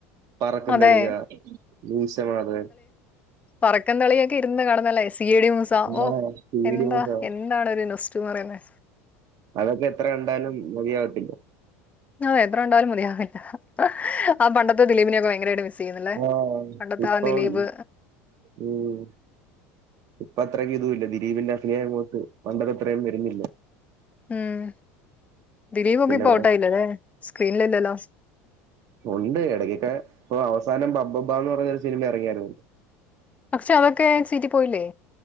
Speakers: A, on the right; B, on the left.
A: പറക്കും
B: അതെ
A: തളിക മീശമാധവൻ
B: പറക്കൻ തളികയൊക്കെ ഇരുന്ന് കാണുന്നല്ലേ സിയടി മൂസ ഓ
A: ആ പേടി
B: എന്താ
A: മോഹം
B: എന്താണ് ഒരു നുസ് <unintelligible> പറയുന്നേ
A: അതൊക്കെ എത്ര കണ്ടാലും മതിയാകത്തില്ല
B: ആഹ് എത്ര കണ്ടാലും മതിയാവില്ല ആ പണ്ടത്തെ ദിലീപിനെയൊക്കെ ഭയങ്കരായിട്ട് മിസ് ചെയ്യുന്നല്ലേ
A: ആ
B: പണ്ടത്താ
A: ഇപ്പം
B: ദിലീപ്
A: ഉം ഇപ്പ അത്രയ്ക്ക് ഇതു ഇല്ല ദിലീപിന്റെ അഭിനയങ്ങോട്ട് പണ്ടതത്രയും വരുന്നി. ല്ല
B: ഉം ദിലീപ് ഒക്കെ
A: പിന്നെ
B: ഇപ്പ
A: കൊറേ
B: ഔട്ടായില്ലെല്ലേ സ്ക്രീനിലില്ലല്ലോ
A: ഒണ്ട് ഇടയ്ക്കൊക്കെ ഇപ്പൊ അവസാനം ബബബ്ബാ എന്ന് പറഞ്ഞൊരു സിനിമ ഇറങ്ങിയായിരുന്നു
B: പക്ഷെ അതൊക്കെ സീറ്റി പോയില്ലേ